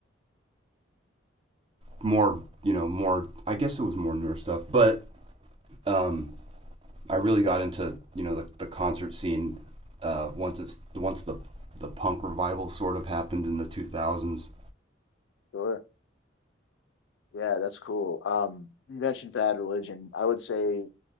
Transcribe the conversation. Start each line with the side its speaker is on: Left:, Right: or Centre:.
Right: more, you know, more. I guess it was more newer stuff, but um, I really got into you know the, the concert scene uh, once it's once the the punk revival sort of happened in the 2000s.
Left: sure. Yeah, that's cool. Um, you mentioned Bad Religion. I would say